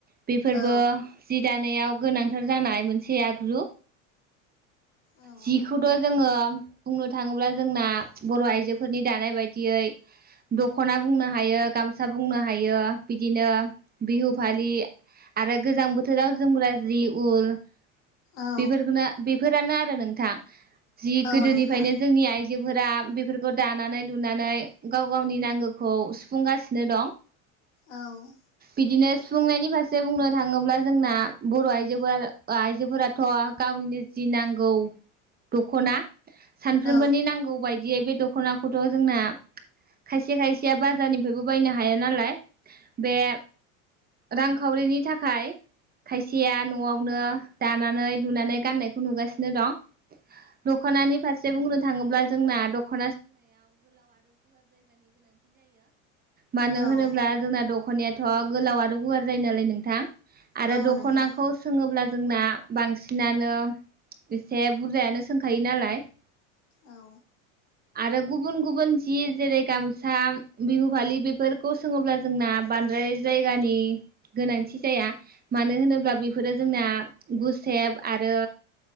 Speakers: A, on the right; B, on the left.
A: बेफोरबो
B: औ
A: जि दानायाव गोनांथार जानाय मोनसे आगजु
B: औ
A: जिखौथ' जोङो बुंनो थाङोब्ला जोंना बर' आइजोफोरनि दानाय बायदियै दख'ना बुंनो हायो गामसा बुंनो हायो बिदिनो बिहु फालि आरो गोजां बोथोराव जोमग्रा जि उल
B: औ
A: बेफोरखौनो बेफोरानो आरो नोंथां जि
B: औ
A: गोदोनिफ्रायनो
B: नोंथां
A: जोंनि आइजो जि बोराम बेफोरखौ दानानै लुनानै गाव गावनि नांगौखौ सुफुंगासिनो दं।
B: औ
A: बिदिनो सुफुंनायनि फारसे बुंनो थाङोब्ला जोंना बर' आइजोफोरा आइजोफोराथ' गावनि नि जि नांगौ दख'ना सानफ्रोमबोनि
B: औ
A: नांगौ बाय दियै बे दख'नाखौथ' जोंना खायसे खायसेया बाजारनिफ्रायबो बायनो हाया नालाय बे रांखावरिनि थाखाय खायसेया न'आवनो दानानै लुनानै गाननायखौ नुगासिनो दं दख'नानि फारसे बुंनो थाङोब्ला जोंना दख' मानो
B: औ
A: होनोब्ला
B: औ
A: जोंना दख'नायाथ' गोलाव आरो गुवार जायो, नालाय नोंथां आरो
B: औ नोंथां औ
A: दख'नाखौ
B: नोंथां
A: सोङोब्ला जोंना बांसिनानो एसे बुरजा यानो सोंखायो नालाय
B: औ
A: आरो गुबुन गुबुन जि जेरै गामसा बिहु फालि बेफोरखौ सोङोब्ला जोंना बांद्राय जायगानि गोनांथि जाया मानो होनोब्ला बेफोरो जोंना गुसेब एब आरो